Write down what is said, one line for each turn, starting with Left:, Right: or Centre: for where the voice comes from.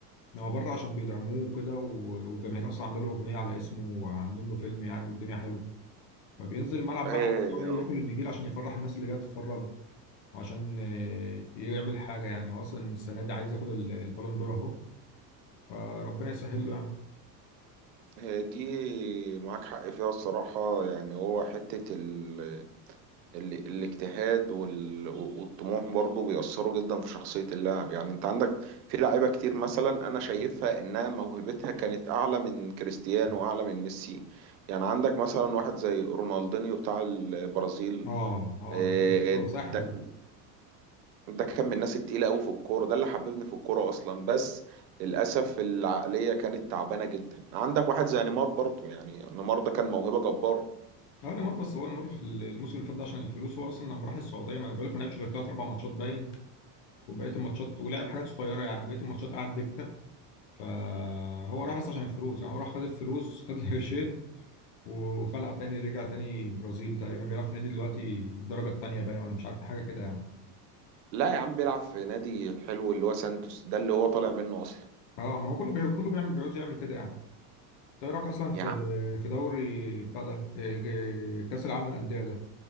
Left: إنما هو بره عشان بيدعموه وكده و- والجماهير أصلا عاملة له أغنية على اسمه وعاملين له فيلم يعني والدنيا حلوة فبينزل الملعب
Right: آه،
Left: بقى عايز إيه؟ ياكل النجيل عشان يفرح الناس اللي جايه تتفرج وعشان آه، يعمل حاجه يعني هو اصلا السنه دي عايز ياخد ال- البالون دور اهو فربنا يسهل له يعني
Right: هي دي معاك حق فيها الصراحة يعني هو حتة ال... ال... الاجتهاد وال... والطموح برضو بيأثروا جدا في شخصية اللاعب يعني انت عندك في لعيبة كتير مثلا انا شايفها انها موهبتها كانت اعلى من كريستيانو واعلى من ميسي يعني عندك مثلا واحد زي رونالدينيو بتاع البرازيل
Left: اه اه
Right: آه،
Left: ده كان اسطوره ساحر
Right: ده
Left: ده
Right: ده كان من الناس التقيلة قوي في الكورة ده اللي حببني في الكورة أصلا بس للأسف العقلية كانت تعبانة جدا عندك واحد زي نيمار برضو يعني نيمار ده كان موهبة جبارة
Left: هو نيمار بس هو نيمار في الموسم اللي فات ده عشان الفلوس هو اصلا لما راح السعوديه ما أنا بقول لك ما لعبش غير ثلاث اربع ماتشات باين وبقيه الماتشات ولعب حاجات صغيره يعني بقيه الماتشات قعد دكه فهو راح بس عشان الفلوس يعني هو راح خد الفلوس خد القرشين وخلع تاني رجع تاني برازيل تقريبا بيلعب في نادي دلوقتي الدرجه الثانيه باين ولا مش عارف حاجه كده يعني
Right: لا يا عم بيلعب في نادي حلو اللي هو سانتوس ده اللي هو طالع منه أصلا
Left: اه ما هو كله بي... كله بيعمل بيقعد يعمل كده يعني انت ايه رايك اصلا في
Right: يا عم
Left: في دوري بتاع ده إيه- إيه، كاس العالم للانديه ده